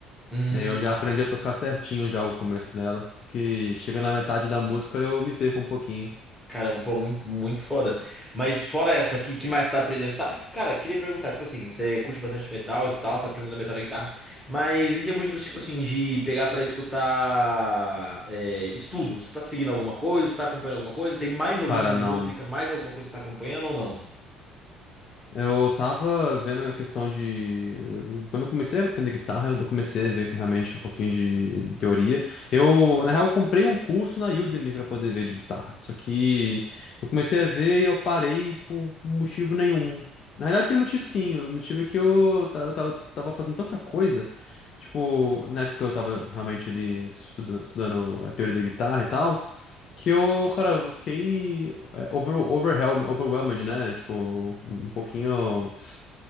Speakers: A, in the centre; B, on the left (about 40°).
A: Hum,
B: né? Eu já
A: ah.
B: aprendi a tocar certinho já o começo dela. Só que chega na metade da música eu me perco um pouquinho.
A: Caramba, pô, muito, muito foda. Mas fora essa, o que, que mais você tá aprendendo? Você tá... Cara, queria perguntar, tipo assim, você curte bastante metal e tal, você tá aprendendo metal na guitarra, mas em termos, de, tipo assim, de pegar pra escutar é, estudo, você tá seguindo alguma coisa, você tá acompanhando alguma coisa? Tem mais alguma
B: Cara,
A: música,
B: não.
A: mais alguma coisa que você tá acompanhando ou não?
B: Eu tava vendo a questão de. Quando eu comecei a aprender guitarra, eu comecei a ver que realmente um pouquinho de teoria. Eu, na real, eu comprei um curso na Udemy pra poder ver de guitarra. Só que eu comecei a ver e eu parei por motivo nenhum. Na realidade, tem motivo sim. O motivo é que eu ta- eu tava tava fazendo tanta coisa. Tipo, na época eu tava realmente ali estudando, estudando a teoria da guitarra e tal. Que eu, cara, eu fiquei. Over, overwhelm- overwhelmed, né? Tipo, um pouquinho.